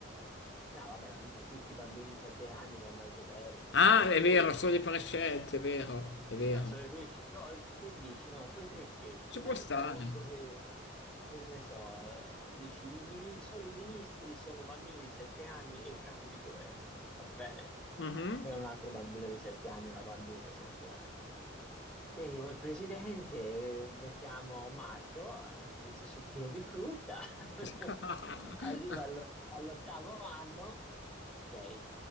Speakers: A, in the centre; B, on the left (about 60°).
A: No, vabbè, ma mica tutti i bambini di sette anni vanno al governo,
B: Ah,
A: cioè alcuni.
B: è vero, solo i prescelti, è vero, è vero.
A: Ah, sono i presci- Però te dici, no, quei prescelti,
B: Ci
A: ma
B: può stare.
A: fai conto che Che ne so, dici, i mini- solo i ministri sono bambini di sette anni e il capo di governo, va bene?
B: Mhm.
A: È un altro bambino di sette anni, una bambina di sette anni. Sentivo il presidente, mettiamo Marco eh, col suo succhino di frutta,
B: <laughs>
A: <laughs> arriva allo- all'ottavo anno, ok,